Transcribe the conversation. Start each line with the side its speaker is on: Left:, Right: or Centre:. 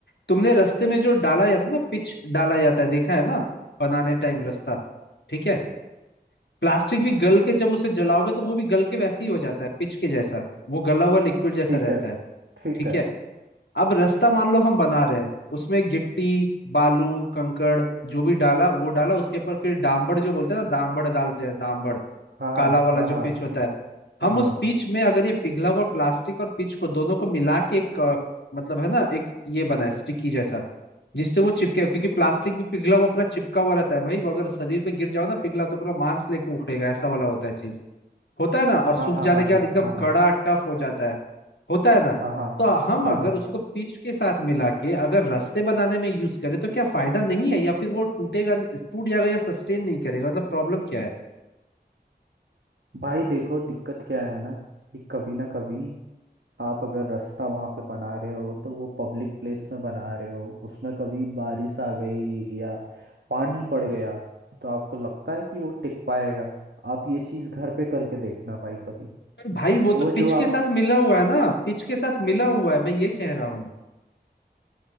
Left: तुमने रास्ते में जो डाला जाता है ना पिच डाला जाता है देखा है ना बनाने टाइम रास्ता ठीक है प्लास्टिक भी गल के जब उसे जलाओगे तो वो भी गल के वैसे ही हो जाता है पिच के जैसा वो गला हुआ लिक्विड जैसा
Right: ठीक
Left: रहता
Right: है
Left: है
Right: ठीक
Left: ठीक
Right: है
Left: है अब रास्ता मान लो हम बना रहे हैं उसमें गिट्टी बालू कंकड़ जो भी डाला वो डाला उसके ऊपर फिर डांबड़ जो बोलते हैं ना डांबड़ डालते हैं डांबड़
Right: हाँ हाँ
Left: काला वाला
Right: हाँ
Left: जो पिच होता है हम
Right: हाँ हाँ
Left: उस पिच में अगर ये पिघला हुआ प्लास्टिक और पिच को दोनों को मिला के एक अ, मतलब है ना एक ये बनाए स्टिकी जैसा जिससे वो चिपके क्योंकि प्लास्टिक भी पिघला हुआ पूरा चिपका हुआ रहता है भाई वो अगर शरीर पे गिर जाओ ना पिघला तो पूरा मांस लेके उखड़ेगा ऐसा वाला होता है चीज होता है ना और सूख
Right: हाँ हाँ
Left: जाने
Right: हाँ
Left: के
Right: हाँ
Left: बाद
Right: हाँ
Left: एकदम
Right: हाँ हाँ
Left: कड़ा
Right: हाँ
Left: टफ हो जाता है होता है ना
Right: हाँ हाँ
Left: तो हम
Right: हाँ
Left: अगर
Right: हाँ
Left: उसको पिच के साथ मिला के अगर रास्ते बनाने में यूज करें तो क्या फायदा नहीं है या फिर वो टूटेगा टूट जाएगा या सस्टेन नहीं करेगा मतलब प्रॉब्लम क्या है
Right: भाई देखो दिक्कत क्या है ना कि कभी ना कभी आप अगर रास्ता वहाँ पे बना रहे हो तो वो पब्लिक प्लेस में बना रहे हो उसमें कभी बारिश आ गई या पानी पड़ गया तो आपको लगता है कि वो टिक पाएगा आप ये चीज़ घर पे करके देखना भाई कभी
Left: अरे भाई वो
Right: वो
Left: तो
Right: जो
Left: पिच के
Right: आप
Left: साथ मिला हुआ है ना पिच के साथ मिला हुआ है मैं ये कह रहा हूँ